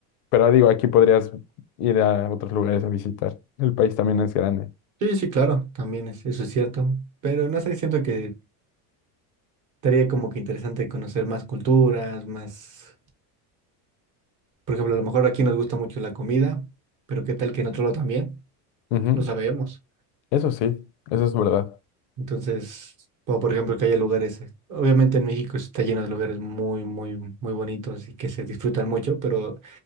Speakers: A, on the left; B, on the right.
A: Pero digo, aquí podrías ir a otros lugares a visitar. El país también es grande.
B: Sí, sí, claro, también es, eso es cierto. Pero no sé, siento que estaría como que interesante conocer más culturas, más... Por ejemplo, a lo mejor aquí nos gusta mucho la comida, pero qué tal que en otro lado también,
A: Ujú,
B: no sabemos.
A: Eso sí, eso es verdad.
B: Entonces, o por ejemplo, que haya lugares, eh, obviamente en México está lleno de lugares muy, muy, muy bonitos y que se disfrutan mucho, pero